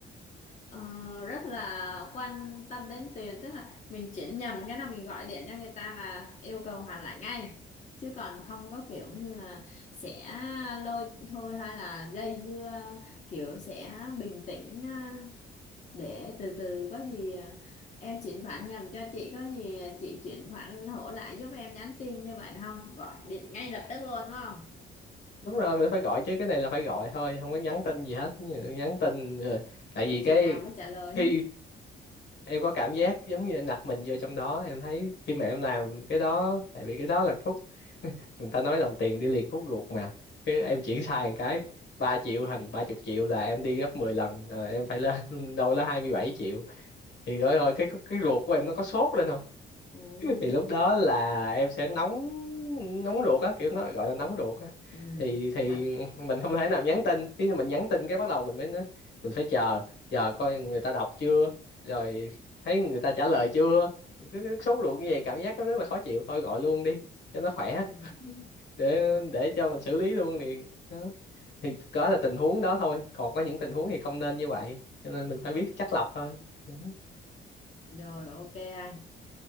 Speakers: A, on the left (about 35°); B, on the left (about 60°).
A: Ờ, rất là quan tâm đến tiền tức là mình chuyển nhầm cái là mình gọi điện cho người ta là yêu cầu hoàn lại ngay chứ còn không có kiểu như là sẽ lôi thôi hay là dây dưa kiểu sẽ bình tĩnh à, để từ từ có gì à, em chuyển khoản nhầm cho chị có gì chị chuyển khoản hỗ lại giúp em nhắn tin như vậy được không gọi điện ngay lập tức luôn đúng không
B: đúng rồi mình phải gọi chứ cái này là phải gọi thôi không có nhắn tin gì hết nhắn tin rồi tại
A: biết
B: vì cái
A: chừng nào mới trả lời
B: khi em có cảm giác giống như em đặt mình vô trong đó em thấy khi mà em làm cái đó tại vì cái đó là khúc người ta nói đồng tiền đi liền khúc ruột mà Khi
A: <laughs>
B: em
A: Ừ.
B: chuyển sai một cái 3 triệu thành ba chục triệu là em đi gấp mười lần là em phải lên <laughs> đâu đó hai mươi bảy triệu thì rồi, rồi cái khúc- cái ruột của em nó có sốt lên
A: Ừ.
B: thì lúc đó là em sẽ nóng nóng ruột á kiểu nó gọi là nóng ruột á
A: ừ
B: thì thì
A: thật
B: mình không thể nào nhắn tin khi mình nhắn tin cái bắt đầu mình mới nói- mình phải chờ chờ coi người ta đọc chưa rồi thấy người ta trả lời chưa cứ cứ sốt ruột như vậy cảm giác nó rất là khó chịu thôi gọi luôn đi cho nó khỏe
A: ừ
B: để
A: ừ
B: để cho mình xử lý luôn liền đó. thì đó là tình huống đó thôi còn có những tình huống thì không nên như vậy cho nên mình phải biết chắt lọc thôi Ừ.
A: rồi ok anh